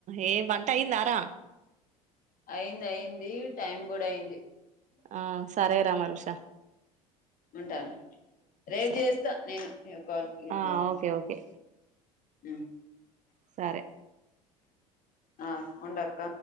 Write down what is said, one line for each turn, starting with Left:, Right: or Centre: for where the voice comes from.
Right: ఏ వంట అయిందారా
Left: అయింది అయింది టైం కూడా అయింది
Right: ఆ సరే రామ క్ష
Left: ఉంటాను రేపు
Right: సరే
Left: చేస్తా నేను ఇగ కాల్ ఇప్పుడు
Right: ఆ ఓకే ఓకే
Left: మ్
Right: సరే
Left: ఆ ఉండక్క